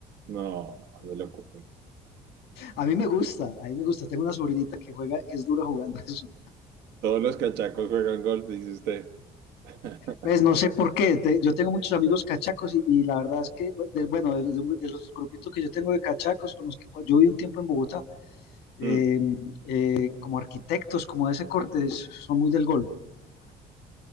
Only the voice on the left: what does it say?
a mí me gusta, a mí me gusta. Tengo una sobrinita que juega, que es dura jugando <laughs> eso.
Pues no sé por qué. te- yo tengo muchos amigos cachacos y, y la verdad es que, bu- de- bueno, de, de- de los grupitos que yo tengo de cachacos, con los que yo viví un tiempo en Bogotá, eh,
eh, como arquitectos, como de ese corte, son muy del golf.